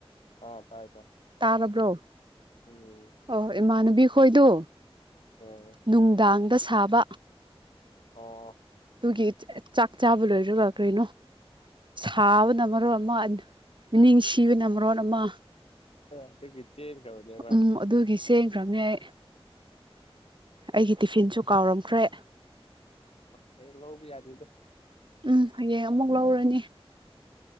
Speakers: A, on the left (about 70°); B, on the right (about 50°).
A: ꯑꯥ ꯇꯥꯏ ꯇꯥꯏ
B: ꯇꯥꯔꯕ꯭ꯔꯣ
A: ꯎꯝ
B: ꯑꯣ ꯏꯃꯥꯟꯅꯕꯤ ꯈꯣꯏꯗꯣ
A: ꯑꯣ
B: ꯅꯨꯡꯗꯥꯡꯗ ꯁꯥꯕ
A: ꯑꯣ
B: ꯑꯗꯨꯒꯤ ꯆꯥꯛ ꯆꯥꯕ ꯂꯣꯏꯔꯒꯥ ꯀꯔꯤꯅꯣ ꯁꯥꯕꯅ ꯃꯔꯣꯟ ꯑꯃ ꯃꯤꯅꯤꯡꯁꯤꯕꯅ ꯃꯔꯣꯟ ꯑꯃ
A: ꯑꯗꯨꯒꯤ ꯆꯦꯟꯒꯔ꯭ꯕꯅꯦꯕ
B: ꯎꯝ ꯑꯗꯨꯒꯤ ꯁꯦꯡꯈ꯭ꯔꯝꯅꯦ ꯑꯩ ꯑꯩꯒꯤ ꯇꯤꯐꯤꯟꯁꯨ ꯀꯥꯎꯔꯝꯈ꯭ꯔꯦ
A: ꯍꯌꯦꯡ ꯂꯧꯕ ꯌꯥꯅꯤꯗ
B: ꯎꯝ ꯍꯌꯦꯡ ꯑꯃꯨꯛ ꯂꯧꯔꯅꯤ